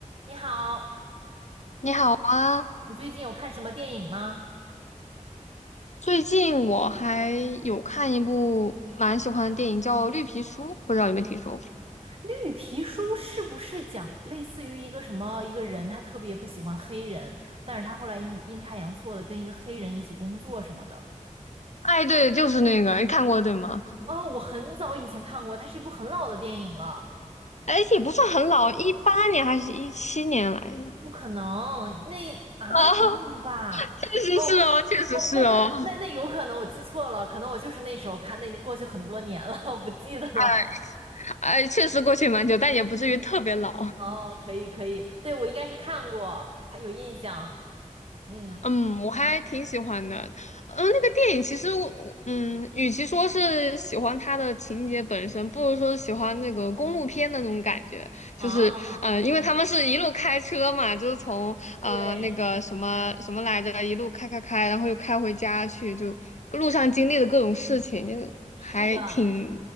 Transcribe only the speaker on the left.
你好啊，
最近我还有看一部蛮喜欢的电影，叫《绿皮书》，不知道有没有听说过？
哎，对，就是那个，你看过对吗？
哎，也不算很老，一八年还是一七年来的
啊，确实是哦，
确实是哦，
哎哎，确实过去蛮久，但也不至于特别老。
嗯，我还挺喜欢的。嗯，那个电影其实我，嗯，与其说是喜欢它的情节本身，不如说是喜欢那个公路片的那种感觉。就是，
嗯、因为他们是一路开车嘛，就是从呃那个什么什么来着，
一路开开开，然后又开回家去，就路上经历的各种事情，就是还挺，